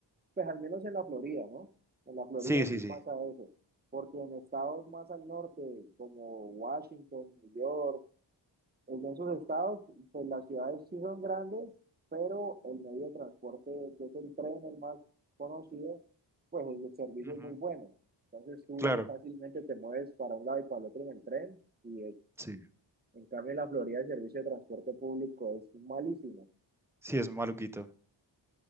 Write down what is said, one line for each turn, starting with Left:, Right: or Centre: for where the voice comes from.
Right: pues al menos en la Florida, ¿no? En la Florida
Centre: Sí, sí,
Right: sí
Centre: sí.
Right: pasa eso, porque en estados más al norte, como Washington, New York, En esos estados, pues las ciudades sí son grandes, pero el medio de transporte, que es el tren, el más conocido, pues el servicio
Centre: Ujú,
Right: es muy bueno. Entonces tú
Centre: Claro,
Right: fácilmente te mueves para un lado y para el otro en el tren y es-
Centre: sí.
Right: en cambio en la Florida el servicio de transporte público es malísimo.
Centre: Sí, es maluquito.